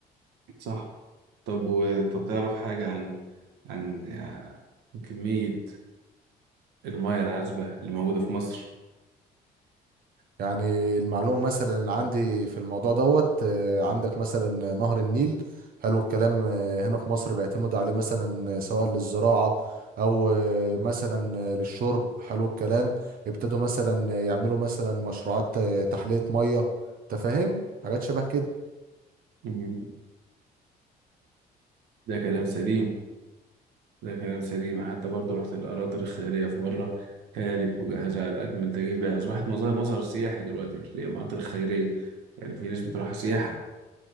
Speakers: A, on the right; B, on the right.
A: صح طب و... طب تعرف حاجة عن عن آه، كمية المياه العذبة اللي موجودة في مصر
B: يعني المعلومة مثلا اللي عندي في الموضوع دوت آه، عندك مثلا نهر النيل حلو الكلام آه، هنا في مصر بيعتمد عليه مثلا سواء للزراعة أو آه، مثلا آه، للشرب حلو الكلام ابتدوا مثلا يعملوا مثلا مشروعات آه، تحلية مية تفاهم حاجات شبه كده
A: مم. ده كلام سليم ده كلام سليم حتى برضه رحت الأراضي الخيرية في مرة كانت مجهزة على أكمل تجهيز بقى أصبحت مظهر مظهر سياحي دلوقتي المناطق الخيرية يعني في ناس بتروحها سياحة